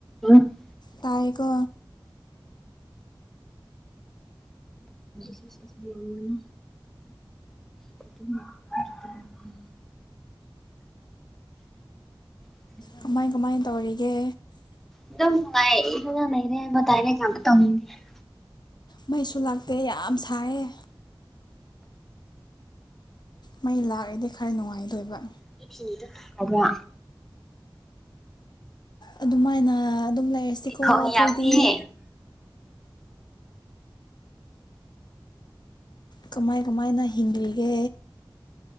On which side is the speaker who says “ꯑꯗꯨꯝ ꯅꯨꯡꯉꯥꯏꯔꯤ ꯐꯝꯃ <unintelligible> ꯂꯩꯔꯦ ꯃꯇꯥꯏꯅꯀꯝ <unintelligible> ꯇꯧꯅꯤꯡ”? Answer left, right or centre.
Centre